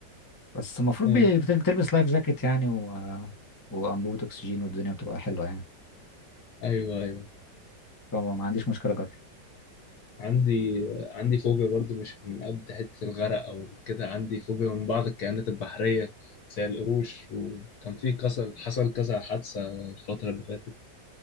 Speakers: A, on the left; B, on the left.
A: بس المفروض
B: آه.
A: بي- بت- بتلبس لايف جاكيت يعني و... وانبوبه اكسجين والدنيا بتبقى حلوه يعني
B: ايوه أيوه.
A: فما ما عنديش مشكله اجرب
B: عندي عندي فوبيا برضو مش من قد حتة الغرق أو كده عندي فوبيا من بعض الكائنات البحرية زي القروش وكان في كسر حصل كذا حادثة الفترة اللي فاتت